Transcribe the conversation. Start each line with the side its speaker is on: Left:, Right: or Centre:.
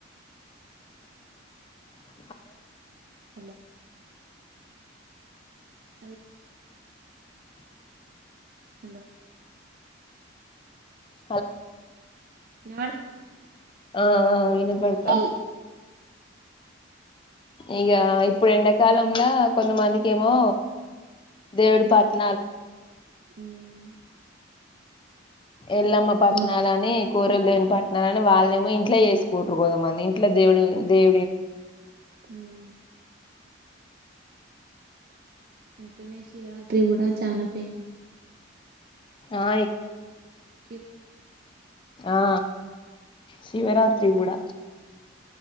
Left: hello
Right: hello hello hello
Left: hello
Right: ఇనబడతాందా
Left: ఆ ఆ వినపడతాంది
Right: హ్మ్.
Left: ఇగ ఇప్పుడు ఎండాకాలంల కొంతమందికేమో దేవుడి పట్టనాలు ఉంటయి
Right: మ్మ్
Left: ఎల్లమ్మ పట్నాలని
Right: సోమవారం
Left: కూరలు దేని పట్నాల వాళ్ళేమో ఇంట్లో చేసుకుంటరు కదా మన ఇంట్లో దేవుడి దేవుడి ఉన్న
Right: హమ్ అక్కనే శివరాత్రి గూడా చనా ఫేమస్
Left: ఆ ఇక్కడ
Right: శివరాత్రి
Left: ఆ శివరాత్రి గూడా